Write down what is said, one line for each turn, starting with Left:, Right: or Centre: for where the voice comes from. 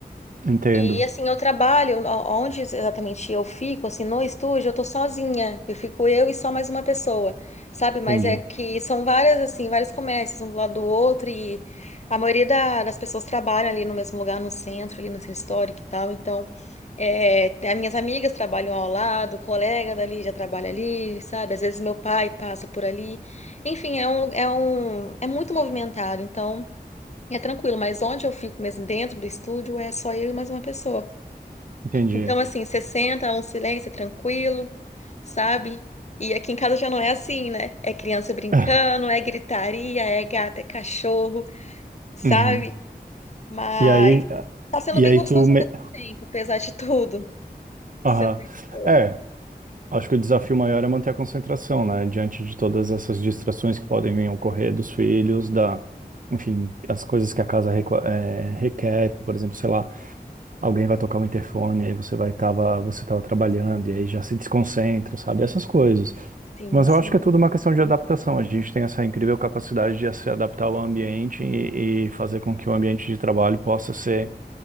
Right: entendo.
Left: E assim, eu trabalho, o- onde exatamente eu fico, assim, no estúdio, eu tô sozinha. Eu fico eu e só mais uma pessoa, sabe? Mas
Right: Entendi.
Left: é que são várias, assim, vários comércios, um do lado do outro, e a maioria da- das pessoas trabalham ali no mesmo lugar, no centro, ali no centro histórico e tal. Então, é, tem- as minhas amigas trabalham ao lado, o colega dali já trabalha ali, sabe? Às vezes meu pai passa por ali. Enfim, é um, é um, é muito movimentado, então. É tranquilo, mas onde eu fico mesmo dentro do estúdio é só eu e mais uma pessoa.
Right: Entendi.
Left: Então, assim, você senta, é um silêncio é tranquilo, sabe? E aqui em casa já não é assim, né? É criança brincando,
Right: <laughs>
Left: é gritaria, é gato, é cachorro, sabe?
Right: Uhum.
Left: Mas
Right: E aí,
Left: tá sendo
Right: e
Left: bem
Right: aí
Left: gostoso
Right: tu me...
Left: ao mesmo tempo, apesar de tudo.
Right: Aham.
Left: Tá Sendo bem gostoso.
Right: É, Acho que o desafio maior é manter a concentração, né? Diante de todas essas distrações que podem vir a ocorrer dos filhos, da, enfim, as coisas que a casa reco- eh, requer, por exemplo, sei lá, alguém vai tocar o interfone, aí você vai tava, você tava trabalhando
Left: Sim,
Right: e aí já se desconcentra, sabe? Essas coisas.
Left: sim,
Right: Mas
Left: sim.
Right: eu acho que é tudo uma questão de adaptação. A gente tem essa incrível capacidade de se adaptar ao ambiente e, e fazer com que o ambiente de trabalho possa ser,